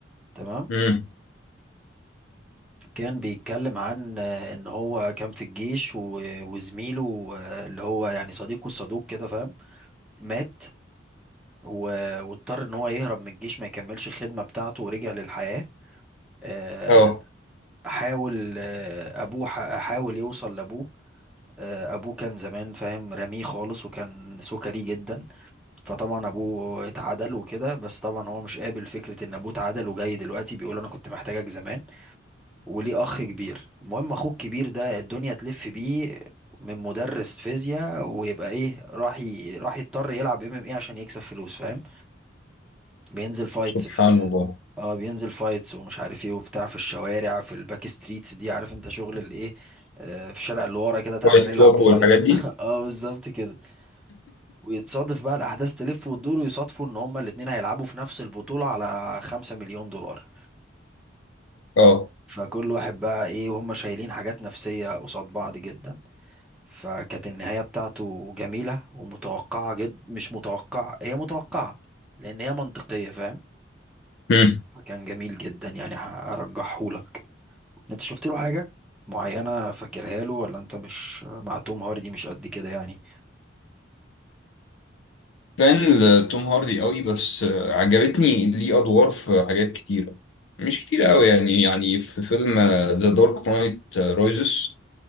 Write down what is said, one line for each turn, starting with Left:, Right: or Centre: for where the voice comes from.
Centre: تمام
Left: امم
Centre: كان بيتكلم عن آه، ان هو كان في الجيش و- وزميله آه، اللي هو يعني صديقه الصدوق كده فاهم مات و- واضطر ان هو يهرب من الجيش ما يكملش الخدمة بتاعته ورجع للحياة آه،
Left: اه
Centre: حاول آه، ابوه ح- حاول يوصل لابوه آه، ابوه كان زمان فاهم رميه خالص وكان سكري جدا فطبعا ابوه اتعدل وكده بس طبعا هو مش قابل فكرة ان ابوه اتعدل وجاي دلوقتي بيقول انا كنت محتاجك زمان وليه اخ كبير المهم اخوه الكبير ده الدنيا تلف بيه من مدرس فيزياء ويبقى ايه راح ي... راح يضطر يلعب ام ام ايه عشان يكسب فلوس فاهم بينزل فايتس
Left: سبحان
Centre: في
Left: الله
Centre: اه بينزل فايتس ومش عارف ايه وبتاع في الشوارع في الباك ستريتس دي عارف انت شغل الايه آه، في الشارع اللي ورا كده تعالى
Left: وايت
Centre: نلعب
Left: كلوب
Centre: فايت
Left: والحاجات دي
Centre: <laughs> اه بالظبط كده ويتصادف بقى الاحداث تلف وتدور ويصادفوا ان هما الاتنين هيلعبوا في نفس البطولة على خمسة مليون دولار
Left: اه
Centre: فكل واحد بقى ايه وهم شايلين حاجات نفسية قصاد بعض جدا فكانت النهاية بتاعته جميلة ومتوقعة جد مش متوقعة هي متوقعة لأن هي منطقية فاهم
Left: امم
Centre: فكان جميل جدا يعني هرجحهولك انت شفت له حاجة معينة فاكرها له ولا انت مش مع توم هاردي مش قد كده يعني
Left: فان لتوم هاردي قوي بس آه، عجبتني ليه ادوار في حاجات كتيره مش كتيره قوي يعني يعني في فيلم ذا دارك نايت رايزس